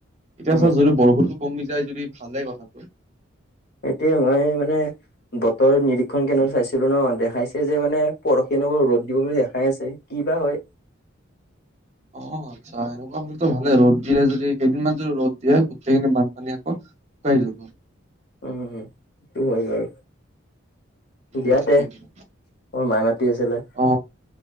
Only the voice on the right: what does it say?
এতিয়া
চা যদি বৰষুণটো কমি যায় যদি ভালে কথাটো।
অ আচ্ছা এনেকুৱা হলেতো ভালে ৰ'দ দিয়ে যদি কেইদিনমান যদি ৰ'দ দিয়ে গোটেইখিনি বানপানী আকৌ। কাইলৈ।
উম,
ঠিকে
ক'লা।
অ